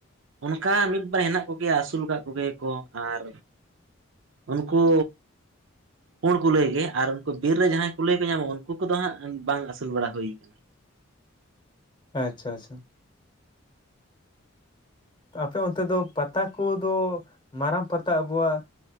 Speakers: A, on the right; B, on the left.
A: ᱚᱱᱠᱟ ᱢᱤᱫ ᱵᱟᱨ ᱦᱮᱱᱟᱜ ᱠᱚᱜᱮᱭᱟ ᱟᱹᱥᱩᱞ ᱠᱟᱫ ᱠᱚᱜᱮᱭᱟ ᱠᱚ, ᱟᱨ ᱩᱱᱠᱩ ᱯᱩᱬ ᱠᱩᱞᱟᱹᱭ ᱜᱮ ᱟᱨ ᱩᱱᱠᱩ ᱵᱤᱨ ᱨᱮ ᱡᱟᱦᱟᱸᱭ ᱠᱩᱞᱟᱹᱭ ᱠᱚ ᱧᱟᱢᱚᱜᱼᱟ, ᱩᱱᱠᱩ ᱠᱚᱫᱚ ᱦᱟᱸᱜ ᱵᱟᱝ ᱟᱹᱥᱩᱞ ᱵᱟᱲᱟ ᱦᱩᱭ ᱠᱟᱱᱟ᱾
B: ᱟᱪᱪᱷᱟ ᱟᱪᱪᱷᱟ᱾ ᱛᱚ ᱟᱯᱮ ᱚᱱᱛᱮ ᱫᱚ ᱯᱟᱛᱟ ᱠᱩ ᱫᱚ ᱢᱟᱨᱟᱝ ᱯᱟᱛᱟ ᱟᱵᱚᱣᱟᱜ